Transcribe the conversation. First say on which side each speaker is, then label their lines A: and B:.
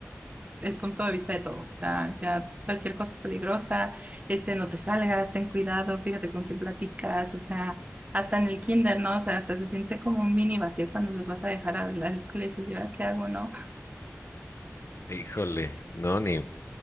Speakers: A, on the right (about 30°); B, on the left (about 60°).
A: el punto de vista de todo. O sea, ya cualquier cosa es peligrosa, este, no te salgas, ten cuidado, fíjate con quién platicas, o sea, hasta en el kinder, ¿no? O sea, hasta se siente como un mini vacío cuando los vas a dejar a la a la escuela y dices, ¿y ahora qué hago, no?
B: Híjole, no, ni.